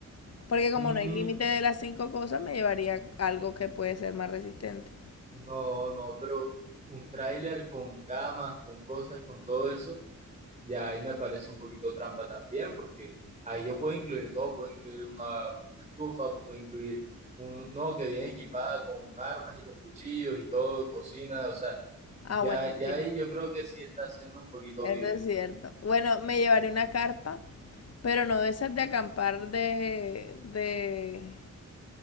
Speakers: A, on the left (about 55°); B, on the right (about 25°).
A: Porque como
B: Mm,
A: no hay límite de las cinco cosas, me llevaría algo que puede ser más resistente.
B: no, no, pero un tráiler con camas, con cosas, con todo eso. ya ahí me parece un poquito trampa también, porque ahí yo puedo incluir todo, puedo incluir una, una estufa, puedo incluir un, no, que viene equipada con armas y con cuchillos y todo, cocina, o sea,
A: Ah,
B: ya,
A: bueno,
B: ya
A: sí.
B: ahí yo creo que sí está haciendo un poquito
A: Eso
B: vida.
A: es cierto. Bueno, me llevaré una carpa, pero no de esas de acampar de, de